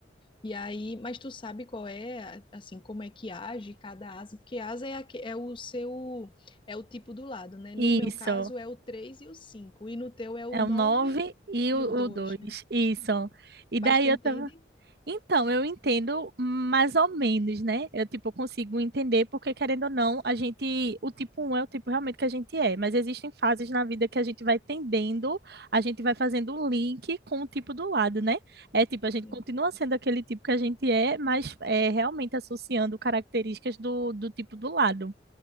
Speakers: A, on the left; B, on the right.
A: E aí, mas tu sabe qual é, assim, como é que age cada asa? Porque asa é, aque- é o seu, é o tipo do lado, né?
B: Isso.
A: No meu caso é o 3 e o 5 e no teu é o
B: É
A: 9
B: o 9 e o
A: e o 2,
B: dois
A: né?
B: Isso. E daí
A: Mas tu
B: eu
A: entende?
B: tava. Então, eu entendo mais ou menos, né? Eu, tipo, consigo entender porque, querendo ou não, a gente, o tipo 1 é o tipo realmente que a gente é, mas existem fases na vida que a gente vai tendendo, a gente vai fazendo o link com o tipo do lado, né? É tipo, a
A: Sim,
B: gente continua sendo aquele tipo que a gente é, mas é realmente associando características do, do tipo do lado.